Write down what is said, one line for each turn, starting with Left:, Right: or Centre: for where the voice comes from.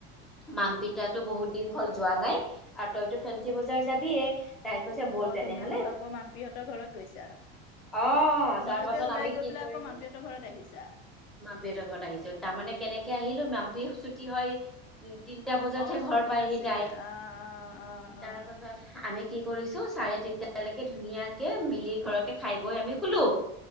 Centre: মাম্পিতাটো বহুত দিন হ'ল যোৱা নাই আৰু তইতো ফেঞ্চি বজাৰ যাবিয়ে তাই কৈছে ব'ল
Left: অ',
Centre: তেনেহলে
Left: তুমালোক আকৌ মাম্পীহঁতৰ ঘৰত গৈছা।
Centre: অ',
Left: তোমালোকে
Centre: তাৰ পাছত
Left: ওলাই
Centre: আমি
Left: গৈ
Centre: কি
Left: পেলাই
Centre: কৰিলো?
Left: আকৌ মাম্পিহঁতৰ ঘৰত আহিছা
Centre: মাম্পিহঁতৰ ঘৰত আহিছো, তাৰমানে কেনেকে আহিলো মাম্পিহ ছুটি হয় উ তিনিটা বজাতহে
Left: অ স্কুল
Centre: ঘৰ পায়হি
Left: আছিলে
Centre: তাই,
Left: অ অ অ
Centre: তাৰ
Left: অ
Centre: পাছত আমি কি কৰিছো চাৰে তিনটালৈকে ধুনীয়াকে মিলি ঘৰতে খাই বৈ আমি শুলো